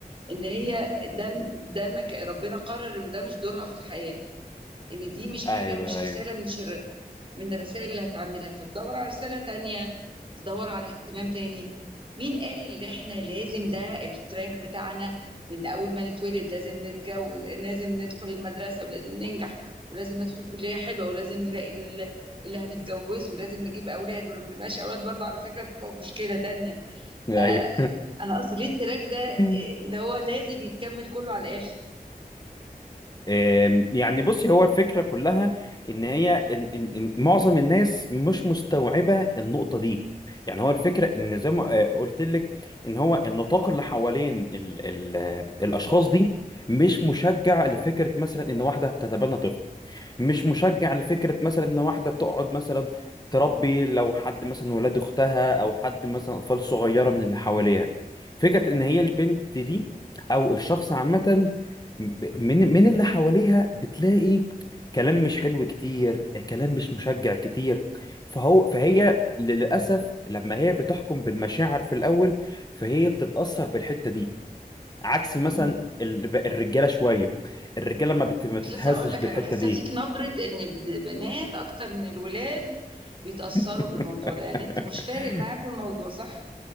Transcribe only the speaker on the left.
أيوه
أيوه
أيوه
<laughs>
آم، يعني بصي هو الفكرة كلها إن هي إن إن إن معظم الناس مش مستوعبة النقطة دي يعني هو الفكرة إن زي ما آه، قلت لك إن هو النطاق اللي حوالين ال ال آه، الأشخاص دي مش مشجع لفكرة مثلا إن واحدة تتبنى طفل مش مشجع لفكرة مثلا ان واحدة تقعد مثلا تربي لو حد مثلا ولاد اختها او حد مثلا اطفال صغيرة من اللي حواليها فكرة ان هي البنت دي او الشخص عامة من من اللي حواليها بتلاقي كلام مش حلو كتير كلام مش مشجع كتير فهو فهي للأسف لما هي بتحكم بالمشاعر في الأول فهي بتتأثر بالحتة دي عكس مثلا
ال- الرجالة شوية الرجالة ما بت- ما بتتهزش
بالحتة
دي
<laughs>
<laughs>